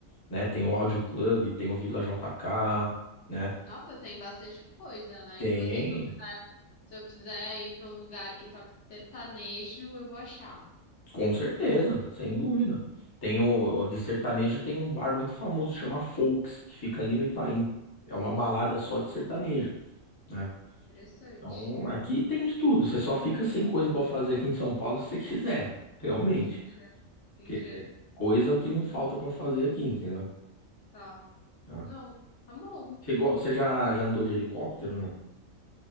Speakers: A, on the left; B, on the left.
A: né? Tem o Audio Club, tem o Vila JK, né?
B: Nossa, tem bastante coisa, né?
A: Tem,
B: Então, assim, se eu quiser, se eu quiser ir pra um lugar que toca sertanejo, eu vou achar.
A: Com certeza, sem dúvida. Tem
B: Hum,
A: o, o- de sertanejo tem um bar muito famoso chama Folks, que fica ali no Itaim. É uma balada
B: hum,
A: só de sertanejo, né?
B: interessante.
A: Então aqui tem de tudo. Você só fica sem coisa pra fazer aqui em São Paulo se você quiser, realmente.
B: Entendi, entendi.
A: Porque é coisa é o que não falta pra fazer aqui, entendeu?
B: Tá.
A: Tá.
B: Não, tá bom.
A: Chegou, você já, já andou de helicóptero, não?